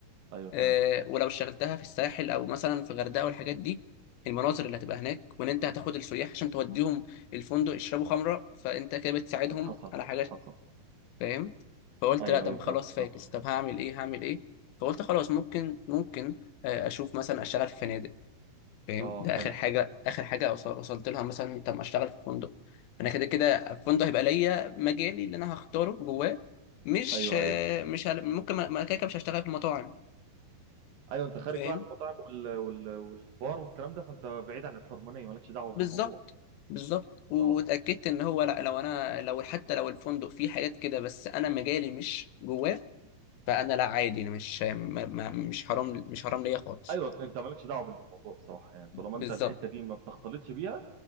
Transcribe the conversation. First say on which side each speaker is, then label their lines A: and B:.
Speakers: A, on the right; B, on the left.
A: أيوه فهمت
B: آه، ولو اشتغلتها في الساحل او مثلا في غردقه والحاجات دي المناظر اللي هتبقى هناك وان انت هتاخد السياح عشان توديهم الفندق يشربوا خمره فانت كده بتساعدهم
A: حصل
B: على حاجه
A: حصل
B: فاهم فقلت
A: أيوه
B: لا طب
A: أيوه
B: خلاص
A: فاهم
B: فاكس
A: فاهم
B: طب هعمل ايه هعمل ايه فقلت خلاص ممكن ممكن آه، اشوف مثلا اشتغل في فنادق فاهم
A: أه
B: ده
A: حلو
B: اخر حاجه اخر حاجه وص- وصلت لها مثلا طب اشتغل في فندق انا كده كده الفندق هيبقى ليا مجالي اللي انا هختاره جواه مش
A: أيوه
B: آه،
A: أيوه
B: مش هل... ممكن ما ما- كده كده مش هشتغل في المطاعم
A: أيوه أنت خارج
B: فاهم
A: بقى عن المطاعم وال... وال... والبار والكلام ده فأنت بعيد عن الحرمانية مالكش دعوة
B: بالظبط
A: بالموضوع
B: بالظبط واتاكدت
A: أه
B: ان هو لا لو انا لو حتى لو الفندق فيه حاجات كده بس انا مجالي مش جواه فانا لا عادي انا مش ما ما مش حرام مش حرام ليا خالص
A: ايوه انت مالكش دعوه بالموضوع بصراحه يعني طالما
B: بالظبط
A: انت الحته دي ما بتختلطش بيها